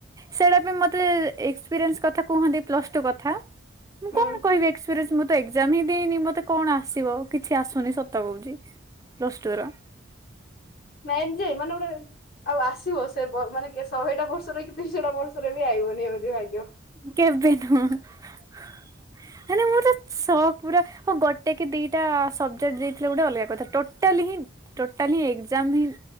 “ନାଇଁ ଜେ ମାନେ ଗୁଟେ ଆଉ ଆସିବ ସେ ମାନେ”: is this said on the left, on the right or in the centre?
Left